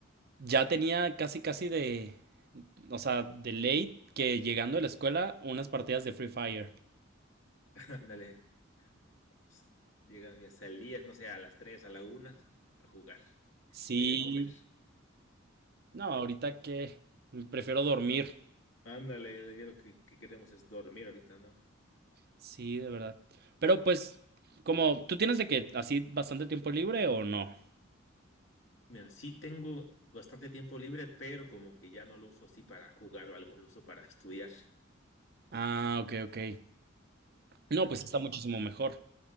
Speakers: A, on the right; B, on the left.
A: ya tenía casi, casi de, o sea, de late que llegando de la escuela, unas partidas de Free Fire.
B: <laughs> Ándale, pues, llegan mis salidas, no sé, a las 3 a la una a jugar,
A: Sí.
B: de ahí a comer.
A: No, ahorita que prefiero dormir.
B: Ándale, ya lo que, que queremos es dormir ahorita, ¿no?
A: Sí, de verdad. Pero pues, como, ¿tú tienes de que así bastante tiempo libre o no?
B: Mira, sí tengo bastante tiempo libre, pero como que ya no lo uso así para jugar o algo, lo uso para estudiar.
A: Ah, ok, ok. No,
B: Ándale.
A: pues sí está muchísimo mejor.